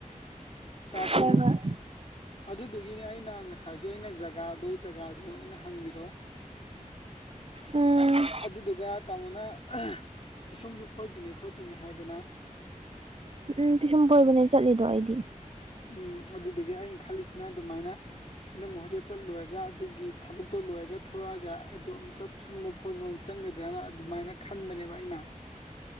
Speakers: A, on the left (about 50°); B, on the right (about 45°).
A: ꯇꯥꯕ꯭ꯔꯣ
B: ꯍꯣꯏ ꯍꯣꯏ
A: ꯑꯗꯨꯗꯨꯒꯤꯅꯦ ꯑꯩꯅ ꯉꯁꯥꯏꯁꯨ ꯑꯩꯅ ꯖꯒꯥꯗꯨ ꯖꯒꯥꯗꯨ ꯑꯩꯅ ꯍꯪꯉꯤꯗꯣ <unintelligible>
B: ꯎꯝ
A: ꯑꯗꯨꯗꯨꯒ ꯇꯥꯃꯣꯅ ꯄꯤꯁꯨꯝꯁꯨ ꯐꯣꯏꯗꯣꯏꯅꯤ ꯈꯣꯠꯇꯣꯏꯅꯤ ꯍꯥꯏꯗꯥꯅ
B: ꯎꯝ ꯄꯤꯁꯨꯝ ꯐꯣꯏꯕꯅꯦ ꯆꯠꯂꯤꯗꯣ ꯑꯩꯗꯤ
A: ꯎꯝ ꯑꯗꯨꯗꯨꯒꯤ ꯑꯩꯅ ꯈꯜꯂꯤꯁꯤꯅ ꯑꯗꯨꯃꯥꯏꯅ ꯏꯅꯝꯃꯥꯍꯣꯏꯗꯣ ꯆꯠꯂꯣꯏꯔꯒ ꯑꯗꯨꯒꯤ ꯊꯕꯛꯇꯣ ꯂꯣꯏꯔꯒ ꯊꯣꯂꯛꯑꯒ ꯑꯩꯗꯣ ꯑꯃꯨꯛꯀ ꯄꯤꯁꯨꯝꯗꯣ ꯐꯣꯢꯕ ꯃꯨꯛ ꯆꯪꯒꯗ꯭ꯔꯅ ꯑꯗꯨꯃꯥꯏꯅ ꯈꯟꯕꯅꯦꯕ ꯑꯩꯅ